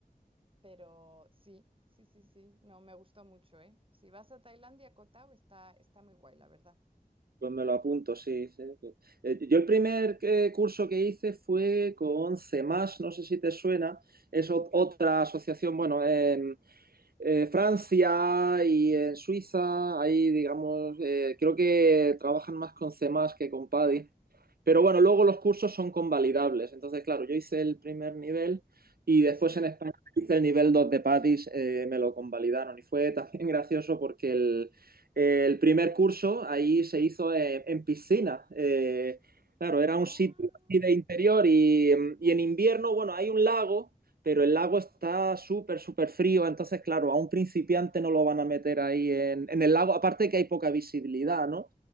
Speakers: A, on the right (about 35°); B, on the right (about 80°).
A: Pero sí, sí, sí, sí, no, me gustó mucho, ¿eh? Si vas a Tailandia, Koh Tao está, está muy guay, la verdad.
B: pues me lo apunto, sí. sí. sí. Eh, Yo el primer eh, curso que hice fue con CEMAS, no sé si te suena, es ot- otra asociación, bueno, em, eh, Francia y en Suiza, ahí digamos, eh, creo que trabajan más con C++ más que con PADI. Pero bueno, luego los cursos son convalidables. Entonces, claro, yo hice el primer nivel y después
A: Sí.
B: en España hice el nivel 2 de PADIS, eh, me lo convalidaron. Y fue también <laughs> gracioso porque el, el primer curso ahí se hizo en, en piscina. Eh, claro, era
A: Ah,
B: un sitio así de interior y, y en invierno, bueno, hay un lago pero el lago está súper, súper frío, entonces, claro, a un principiante no lo van a meter ahí en, en el lago, aparte que hay poca visibilidad, ¿no?